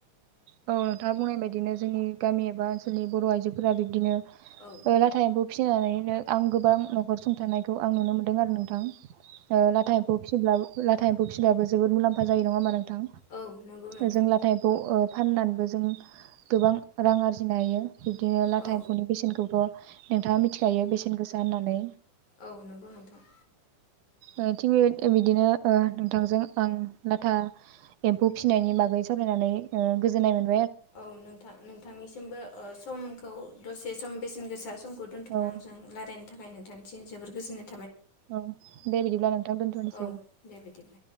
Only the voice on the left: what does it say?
औ
औ नंगौ नोंथां
औ
औ नोंगौ नोंथां।
औ नोंथां नोंथांनिसिमबो ओ सम खौ दसे सम बेसेन गोसा सम खौ दोन्थ'नानै
जों रायलायनाय थाखाय नोंथांनिसिम जोबोर गोजोन्नाय
औ दे बिदिब्ला